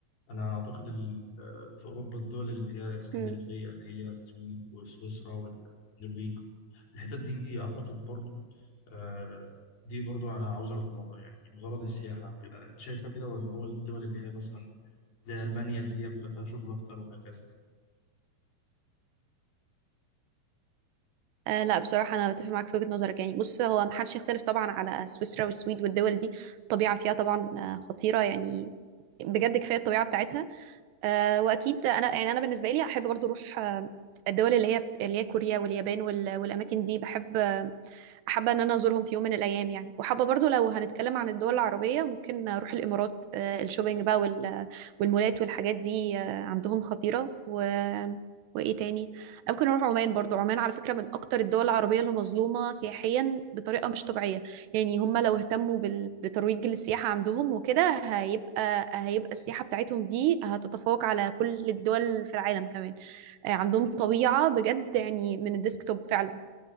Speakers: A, on the left; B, on the right.
A: أنا أعتقد ال- آه، في أوروبا الدول اللي هي اسكندنافية
B: امم
A: اللي هي السويد وسويسرا والنرويج الحتت دي أعتقد برضو آه، دي برضو أنا عاوز أروح لها يعني بغرض السياحة وكده أنت شايفة كده ولا هو الدول اللي هي مثلا زي ألمانيا اللي هي بيبقى فيها شغل أكتر وهكذا
B: آه لا بصراحة أنا بتفق معاك في وجهة نظرك يعني بص هو محدش يختلف طبعا على سويسرا والسويد والدول دي الطبيعة فيها طبعا آه، خطيرة يعني بجد كفاية الطبيعة بتاعتها آه وأكيد أنا يعني أنا بالنسبة لي أحب برضو أروح آه الدول اللي هي اللي هي كوريا واليابان وال- والأماكن دي بحب حابة ان انا ازورهم في يوم من الايام يعني وحابة برضو لو هنتكلم عن الدول العربية ممكن اروح الامارات آه، الشوبينج بقى وال... والمولات والحاجات دي آه، عندهم خطيرة و... وايه تاني ممكن اروح عمان برضو عمان على فكرة من اكتر الدول العربية اللي مظلومة سياحيا بطريقة مش طبيعية يعني هم لو اهتموا بال... بترويج للسياحة عندهم وكده هيبقى هيبقى السياحة بتاعتهم دي هتتفوق على كل الدول في العالم كمان آه، عندهم طبيعة بجد يعني من الديسكتوب فعلا